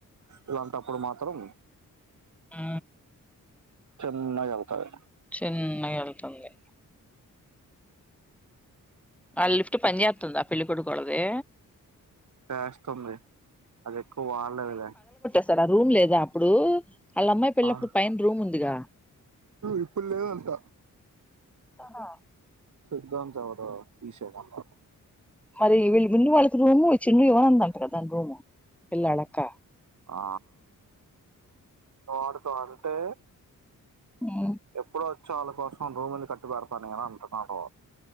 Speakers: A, on the right (about 60°); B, in the centre.
A: ఇలాంటప్పుడు మాత్రం
B: ఊ
A: చిన్నగేళ్తాది
B: చిన్నగ వెళ్తుంది ఆ లిఫ్ట్ పని చెత్తుందా పెళ్ళికొడుకొల్లది
A: చేస్తుంది అది ఎక్కువ వాడలేదులే
B: చర రూమ్ లేదా అప్పుడు ఆళ్ళ అమ్మాయి పెళ్ళినప్పుడు
A: ఆ
B: పైన రూమ్ ఉందిగా
A: ఇప్పుడు లేదంట
B: అహ
A: సిద్ధాంతి ఎవరో తీసేమన్నారు
B: మరి వీళ్ళు మిన్ను వాళ్ళకి రూము చిన్ను ఇవ్వనదటగా దాని రూము పిల్ల వాల్లక్క
A: ఆ తడుతో అంటే
B: ఉమ్
A: ఎప్పుడో వచ్చే వాళ్ళ కోసం రూములు కట్టి పెడతా నేను అంటున్నాడు